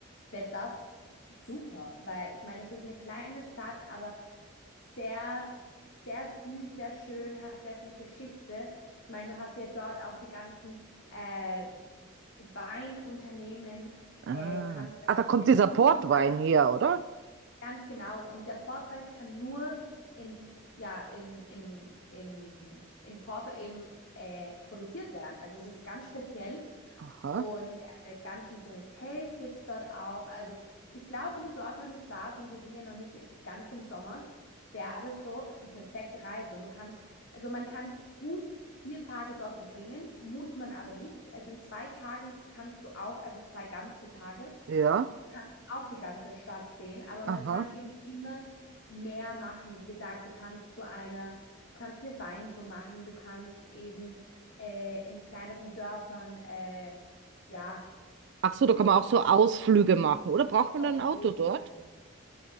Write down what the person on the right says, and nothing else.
Ah.
Ah,
da kommt
dieser
Portwein her, oder?
Aha.
Ja.
Aha.
Ach so, da kann man auch so Ausflüge machen, oder? Braucht man
dann ein
Auto
dort?